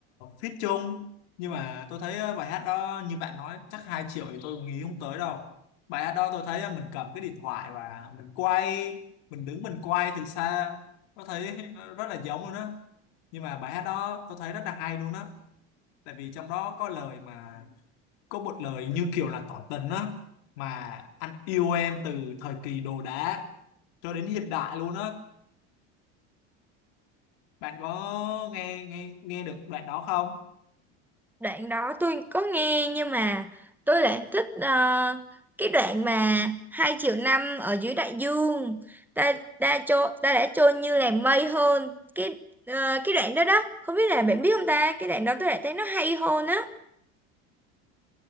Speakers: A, on the left; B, in the centre.
A: feat chung nhưng mà tôi thấy ờ, bài hát đó như bạn nói chắc 2 triệu thì tôi nghĩ không tới đâu. Bài hát đó tôi thấy ờ, mình cầm cái điện thoại và mình quay, mình đứng mình quay từ xa, tôi thấy nó rất là giống luôn á. nhưng mà bài hát đó tôi thấy rất là hay luôn á tại vì trong đó có lời mà có một lời như kiểu là tỏ tình á mà anh yêu em từ thời kỳ đồ đá cho đến hiện đại luôn á bạn có nghe nghe nghe được đoạn đó không
B: đoạn đó tôi có nghe nhưng mà tôi lại thích ờ, cái đoạn mà hai triệu năm ở dưới đại dương ta ta trôi ta đã trôi như là mây hơn cái ờ, cái đoạn đó đó không biết là bạn biết không ta cái đoạn đó tôi lại thấy nó hay hơn á